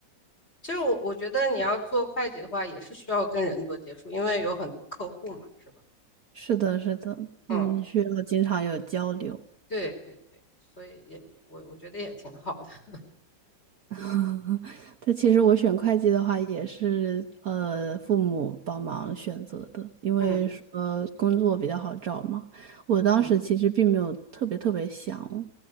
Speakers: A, on the left; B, on the right.
A: 其实我我觉得你要做会计的话，也是需要跟人多接触，因为有很多客户嘛，是吧？
B: 是的，是的，
A: 嗯。
B: 嗯，需要经常有交流。
A: 对对对，所以也也我我觉得也挺好的。<laughs>
B: <laughs> 但其实我选会计的话，也是呃父母帮忙选择的，因为呃工作比较好找嘛。
A: 嗯
B: 我当时其实并没有特别特别想
A: 嗯，